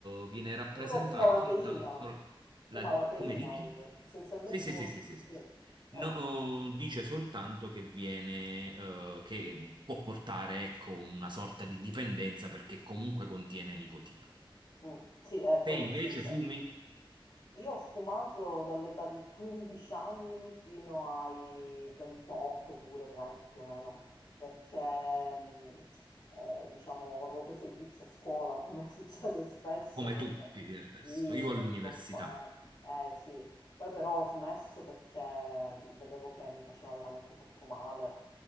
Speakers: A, on the right; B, on the left.
A: eh, viene rappresentato
B: Quindi uno fuma la
A: soltanto
B: teina, fuma
A: la,
B: la teina
A: come dici?
B: uno, essenzialmente
A: Sì, sì,
B: uno,
A: sì, sì, sì, sì.
B: sì,
A: sì.
B: ecco,
A: No, oh, dice soltanto che viene, eh, che può portare, ecco, una sorta di dipendenza perché comunque contiene nicotina.
B: mm, sì, è quello
A: Te invece
B: sì, cioè.
A: fumi
B: Io ho fumato dall'età di 15 anni fino ai 28 pure, 30 più o meno, perché mh, eh, diciamo avevo preso il vizio a scuola, come <laughs> succede spesso
A: come
B: con,
A: tutti del resto,
B: sì,
A: io all'università
B: con i compagni. Eh sì, poi però ho smesso perché mh, vedevo che mi faceva veramente troppo male,